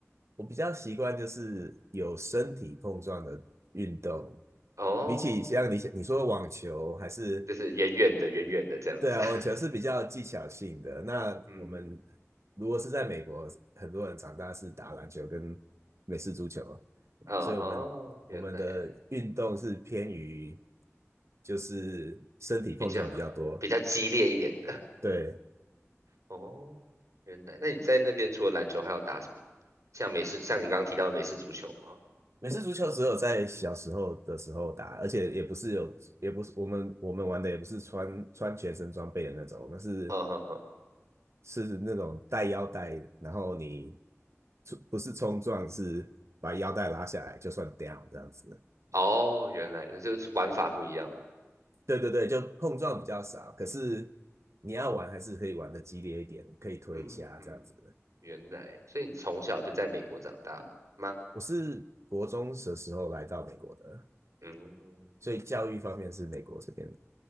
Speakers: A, on the right; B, on the right.
A: 我比较习惯就是有身体碰撞的运动，
B: 哦，
A: 比起像你你说的网球还是
B: 就是远远的远远的这样子。
A: 对啊，
B: <laughs>
A: 网球是比较技巧性的。那我们
B: 嗯，
A: 如果是在美国，很多人长大是打篮球跟美式足球，
B: 哦吼，
A: 所以我们我们的运动是偏于
B: 原来
A: 就是身体碰撞比较多。
B: 比较比较激烈一点的。
A: 对，
B: 哦，原来，那你在那边除了篮球还有打什么？像美式，像你刚刚提到的美式足球吗？
A: 美式足球只有在小时候的时候打，而且也不是有，也不是我们我们玩的也不是穿穿全身装备的那种，我们是
B: 嗯哼哼，
A: 是那种带腰带，然后你冲不是冲撞，是把腰带拉下来就算 down 这样子。
B: 哦，原来，就是玩法不一样了。
A: 对对对，就碰撞比较少，可是你要玩还是可以玩的激烈一点，可以推一下这样子。
B: 嗯嗯，原来，所以你从小就在美国长大吗？
A: 我是国中的时候来到美国的，
B: 嗯，
A: 所以教育方面是美国这边